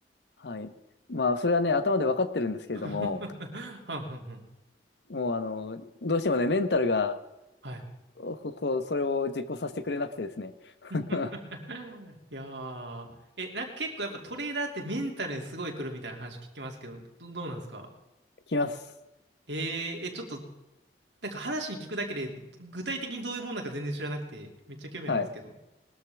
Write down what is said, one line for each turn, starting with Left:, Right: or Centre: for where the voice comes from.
Left: はい。まあ、それはね、頭で分かってるんですけれども、
Right: <laughs> はんはんはん。
Left: もう、あの、どうしてもね、メンタルが、
Right: はい。
Left: ここう、それを実行させてくれなくてですね。<laughs>
Right: <laughs> いやー、え、なんか結構やっぱトレーダーってメンタルにすごい来るみたいな話聞きますけど、ど、どうなんですか
Left: きます。
Right: えー、え、ちょっと、なんか話に聞くだけで、具体的にどういうもんなんか全然知らなくて、めっちゃ興味あるんですけど。
Left: はい。